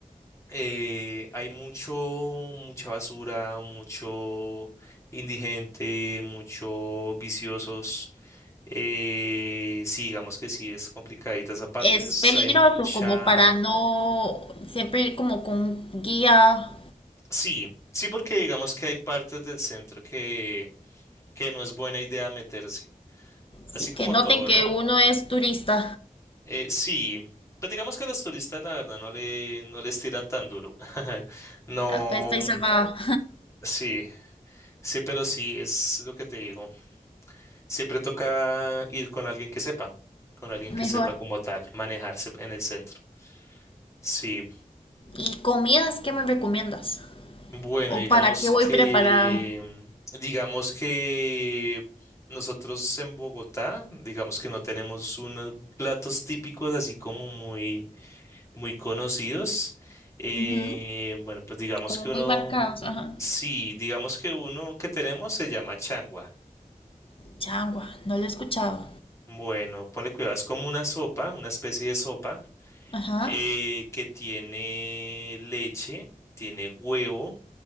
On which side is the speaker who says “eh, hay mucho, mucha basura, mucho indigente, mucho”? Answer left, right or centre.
Left